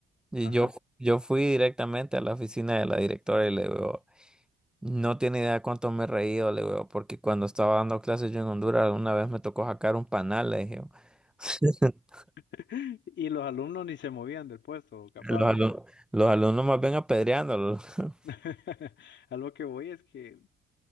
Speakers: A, in the centre; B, on the left.
A: y
B: ajá.
A: yo, yo fui directamente a la oficina de la directora y le digo, no tiene idea cuánto me he reído, le digo, porque cuando estaba dando clases yo en Honduras, una vez me tocó sacar un panal, le dije. <laughs>
B: <laughs> Y los alumnos ni se movían del puesto, capaz.
A: Los alumnos,
B: va.
A: los alumnos más bien apedreándolo. <laughs>
B: <laughs> A lo que voy es que